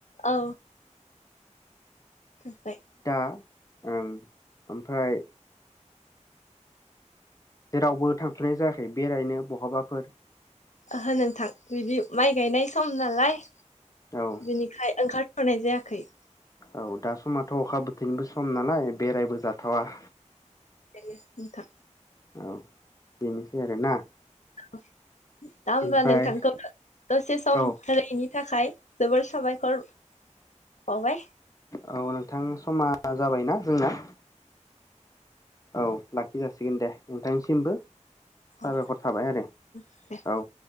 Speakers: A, on the left; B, on the left.
A: औ जोब्बाय
B: दा ओं ओमफाय जेरावबो थांथ'नाय जायाखै बेरायनो बहाबाफोर?
A: ओहो नोंथां बिदि माइ गायनाय सम नालाय
B: औ
A: बिनिखाय ओंखार थ'नाय जायाखै
B: औ दा समाथ' अखा बोथोरनिबो सम नालाय बेरायबो जाथावा
A: बेनो नोंथां
B: औ बेनोसै आरोना
A: दा होमबा
B: ओमफ्राय
A: नोंथांखो दसे सम
B: औ
A: होनायनि थाखाय जोबोर साबायखर बावबाय
B: औ नोंथां समा मा जाबायना जोंना? औ लाखि जासिगोन दे नोंथांनिसिमबो
A: औ
B: साबायखर थाबाय आरो
A: गोजोनथों
B: औ।